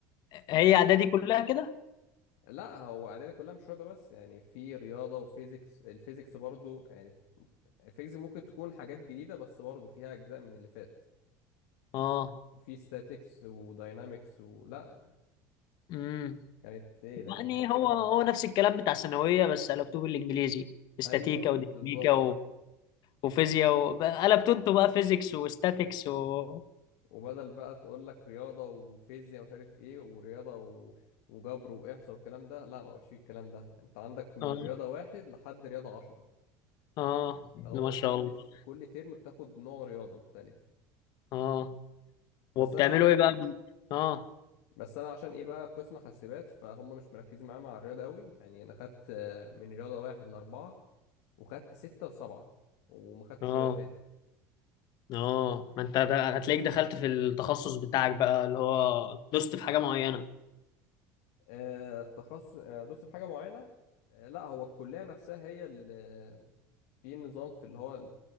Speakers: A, on the left; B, on the left.
A: فدي
B: هي اعدادي كلها كده
A: لا هو اعدادي كلها مش رياضه بس يعني في رياضه وفيزيكس الفيزيكس برضو يعني الفيزيكس ممكن تكون حاجات جديده بس برضو فيها اجزاء من اللي فات
B: اه
A: وفي statics وداينامكس ولا
B: امم
A: كانت ليله يعني
B: يعني هو هو نفس الكلام بتاع الثانويه بس على كتب الانجليزي استاتيكا
A: ايوه
B: وديناميكا
A: بالظبط
B: وفيزياء و... بقى- قلبت انتوا بقى فيزيكس وستاتيكس و
A: وبدل بقى تقول لك رياضة وفيزياء مش عارف ايه ورياضة و... وجبر وإحصاء والكلام ده لا ما بقاش فيه الكلام ده انت عندك من
B: اه
A: رياضة واحد لحد رياضة عشرة
B: اه
A: ده هو
B: ما شاء
A: كل
B: الله
A: س- كل ترم بتاخد نوع رياضة مختلف
B: اه
A: بس
B: وبتعملوا
A: انا
B: ايه بقى اه
A: بس انا عشان ايه بقى قسم حاسبات فهم مش مركزين معايا مع الرياضة قوي يعني انا خدت آه، من رياضة واحد لأربعة وخدت ستة وسبعة وما خدتش
B: اه
A: رياضة تاني
B: اه ما انت ده- هتلاقيك دخلت في التخصص بتاعك بقى اللي هو دوست في حاجة معينة
A: آه، التخصص آه، دوست في حاجة معينة آه، لا هو الكلية نفسها هي اللي في نظام في اللي هو ال-